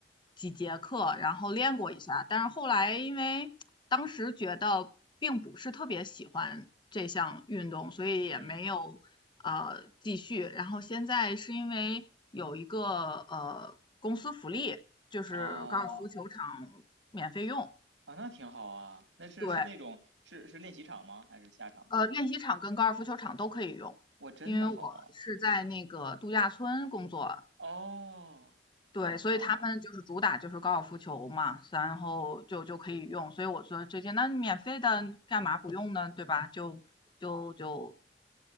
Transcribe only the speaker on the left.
几节课，然后练过一下，
但是后来因为当时觉得并不是特别喜欢这项运动，所以也没有呃继续。
然后现在是因为有一个呃公司福利，就是高尔夫球场免费用，
对，
呃，练习场跟高尔夫球场都可以用，
因为我是在那个度假村工作，
对，
所以他们就是主打就是高尔夫球嘛，然后就就可以用，所以我说最近那免费的干嘛不用呢，对吧？就就就